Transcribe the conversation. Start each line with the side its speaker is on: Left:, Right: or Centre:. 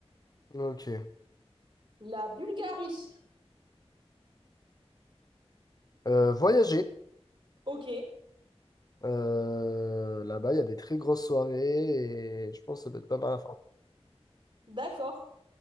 Left: Ok.
Right: La Bulgarie.
Left: Euh, voyager.
Right: Ok,
Left: Euh, là-bas, il y a des très grosses soirées et je pense que ça peut être pas mal à faire.
Right: d'accord.